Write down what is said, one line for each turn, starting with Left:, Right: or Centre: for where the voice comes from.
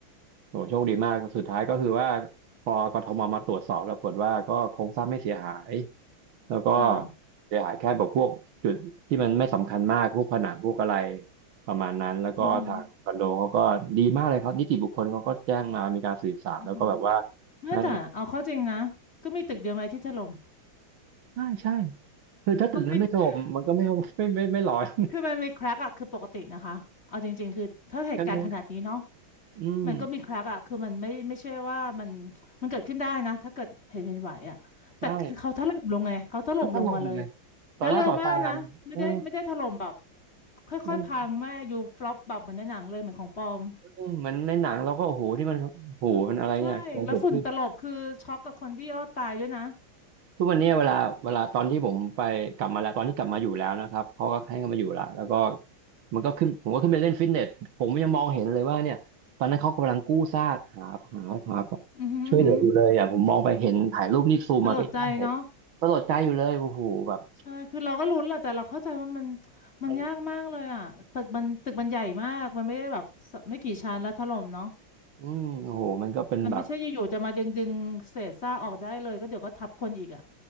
Right: โหโชคดีมากสุดท้ายก็คือว่าพอกทมมาตรวจสอบแล้วผลว่าก็โครงสร้างไม่เสียหายแล้วก็
Left: ค่ะ
Right: เสียหายแค่แบบพวกจุดที่มันไม่สำคัญมากพวกผนังพวกอะไรประมาณนั้นแล้วก็ทางคอนโดเขาก็ดีมากเลยครับนิติบุคคลเขาก็แจ้งมามีการสืบสาวแล้วก็แบบว่า
Left: อือหืออือหือ เมื่อแต่เอาเข้าจริงนะก็มีตึกเดียวไหมที่ถล่ม
Right: ให้ใช่ใช่คือถ้าตึกนั้นไม่ถล่มมันก็ไม่
Left: <laughs>
Right: <laughs> ไม่ไม่ไม่ร้อน
Left: คือมันมีแครกอะคือปกตินะคะเอาจริงๆคือถ้าเหตุการณ์ขนาดนี้เนาะ
Right: ใช่ไหมอืม
Left: มันก็มีแครกอะคือมันไม่ไม่ใช่ว่ามันมันเกิดขึ้นได้นะถ้าเกิดเหตุเป็นไหวอะแต่คือเขาถล่มลงไงเขาถล่มลงมาเลย
Right: ใช่ มันก็ลงเลยต่อหน้าต่อตา
Left: แล้วเร็วมากนะไม่ได้ไม่ได้ถล่มแบบ
Right: เออ
Left: ค่อยๆพังไม่อยู่ฟลอปแบบเหมือนในหนังเลยเหมือนของปลอม
Right: นั่นเออเหมือนในหนังเราก็โอ้โหที่มันโอ้โหมันอะไรเนี่ยอะไรเกิดขึ้น
Left: ใช่แล้วฝุ่นตลบคือช็อกกับคนที่รอดตายด้วยนะ
Right: ทุกวันเนี้ยเวลาเวลาตอนที่ผมไปกลับมาแล้วตอนที่กลับมาอยู่แล้วนะครับเขาก็ให้เขามาอยู่ละแล้วก็มันก็ขึ้นผมก็ขึ้นไปเล่นฟิตเนสผมยังมองเห็นเลยว่าเนี่ยตอนนั้นเขากำลังกู้ซากหาหาหา
Left: อือหืออื้อหือ
Right: ช่วยเหลืออยู่เลยอ่ะผมมองไปเห็นถ่ายรูปนี่ซูมมาใกล้ๆเห็น
Left: สลดใจเนาะ
Right: สลดใจอยู่เลยโอ้โหแบบ
Left: ใช่คือเราก็ลุ้นแหละแต่เราเข้าใจว่ามันมันยากมากเลยอ่ะตึกมันตึกมันใหญ่มากมันไม่ได้แบบสไม่กี่ชั้นแล้วถล่มเนาะ
Right: มันอืมโอ้โหมันก็เป็นแบบ
Left: มันไม่ใช่อยู่ๆจะมาดึงดึงเศษซากออกได้เลยก็เดี๋ยวก็ทับคนอีกอ่ะ